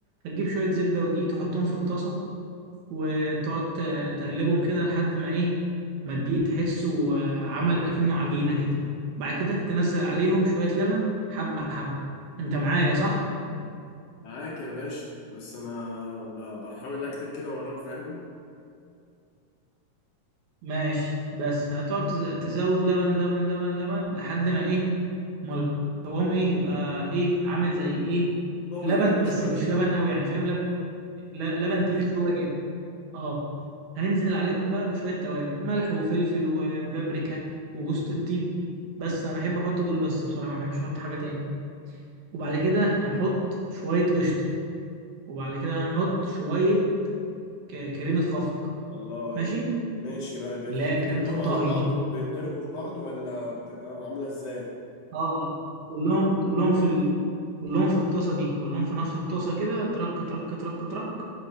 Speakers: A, on the right; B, on the left.
A: هتجيب شوية زبدة ودقيق تحطهم في الطاسة وتقعد ت- تقلبهم كده لحد ما ايه ما الدقيق تحسه آه، عمل أكنه عجينة كده بعد كده تنزل عليهم شوية لبن حبة حبة انت معايا صح؟
B: معاك يا باشا بس انا ب- بحاول اكتب كده وراك فاهم
A: ماشي بس هتقعد تز- تزود لبن لبن لبن لبن لحد ما ايه امال قوام ايه يبقى ايه عامل زي ايه
B: قوي
A: لبن
B: كده
A: بس
B: شويه
A: مش لبن قوي يعني فاهم لبن ل- لبن تقيل شويه اه هننزل عليهم بقى بشويه توابل ملح وفلفل وبابريكا وجوز الطيب بس انا بحب احط دول بس بصراحه ما بحبش احط حاجه تاني وبعد كده هنحط شويه قشطه وبعد كده هنحط شويه ك- كريمه خفق
B: الله
A: ماشي
B: يعني ماشي بقى بيتحطوا
A: اللي هي كريمه
B: كلهم
A: الطهي
B: على بعض
A: دي
B: وبيتضربوا في بعض ولا بتبقى عامله ازاي
A: اه آه. كلهم كلهم في ال... كلهم في الطاسه دي كلهم في نفس الطاسه كده ترك ترك ترك ترك